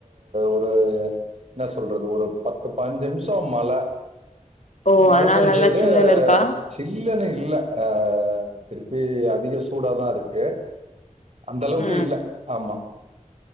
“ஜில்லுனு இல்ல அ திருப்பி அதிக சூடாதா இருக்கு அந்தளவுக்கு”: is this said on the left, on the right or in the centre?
Right